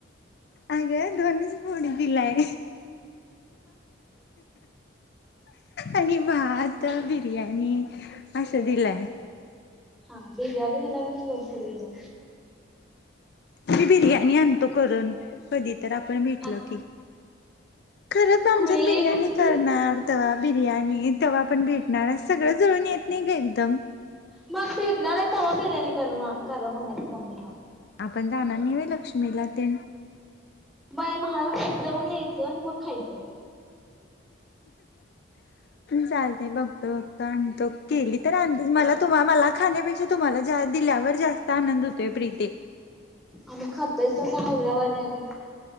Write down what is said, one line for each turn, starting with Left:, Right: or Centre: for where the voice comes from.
Left: अगं फोडी दिलाय. आणि म तर आणि असं दिलंय.
Centre: हा बिर्याणी दिला म्हणून दोन फोडी दिला.
Left: मी बिर्याणी आणतो करून कधीचं. तर आपण भेटल
Centre: अग
Left: की खरं आमच्यात
Centre: खुळी
Left: बिर्याणी
Centre: कुठली
Left: करणार. तेव्हा बिर्याणी तेव्हा आपण भेटणार सगळं जुळून येत नाही ग एकदम.
Centre: मग भेटणार आहे तेव्हा बिर्याणी करून करा म्हणायचं मम्मीला.
Left: आपण जाणार न लक्ष्मीला ते?
Centre: होय महालक्ष्मी ते जाऊन यायचं आणि मग खायचं.
Left: चालते बघतो बघतो आणतो केली तर आण मला तुम्हा मला खाण्यापेक्षा तुम्हाला दिल्यावर जास्त आनंद होतोय प्रीते.
Centre: आम्ही खातोय तसा हौऱ्यावाणी आणि